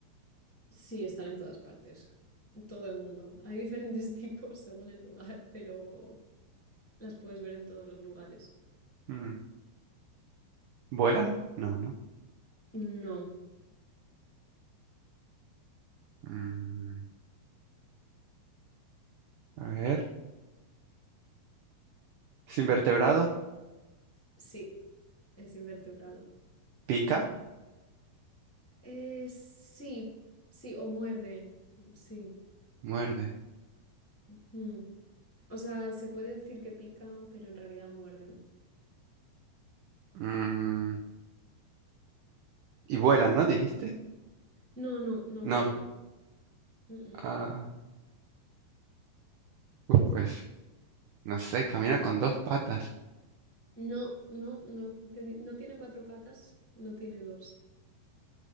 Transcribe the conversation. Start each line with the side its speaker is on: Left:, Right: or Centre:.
Centre: Sí, están en todas partes, en todo el mundo. Hay diferentes <laughs> tipos según el lugar, pero las puedes ver en todos los lugares.
Right: Mm, ¿Vuelan? No, no.
Centre: No,
Right: Mm, a ver. ¿Sin vertebrado?
Centre: sí, es invertebrado.
Right: ¿Pica?
Centre: Eh, sí, sí, o muerde, sí.
Right: Muerde.
Centre: ujú. O sea, se puede decir que pican, pero en realidad muerden.
Right: Mm, y vuelan, ¿no? ¿Dijiste?
Centre: No, no, no
Right: No.
Centre: vuelan. Mm, mm.
Right: Ah, uh, pues, no sé, camina con dos patas.
Centre: No, no, no, te di- no tiene cuatro patas, no tiene dos.